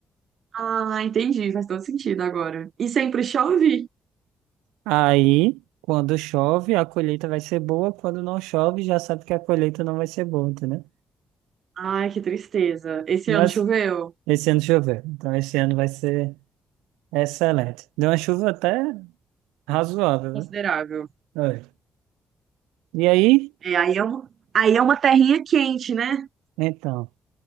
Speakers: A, on the right; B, on the right.
A: Ah, entendi. Faz todo sentido agora. E sempre chove.
B: Aí, quando chove, a colheita vai ser boa, quando não chove, já sabe que a colheita não vai ser boa, entendeu?
A: Ai, que tristeza. Esse
B: Mas
A: ano choveu?
B: esse ano choveu, então esse ano vai ser excelente. Deu uma chuva até razoável,
A: Considerável.
B: né? Olha. E aí,
A: É, aí é uma, aí é uma terrinha quente, né?
B: então.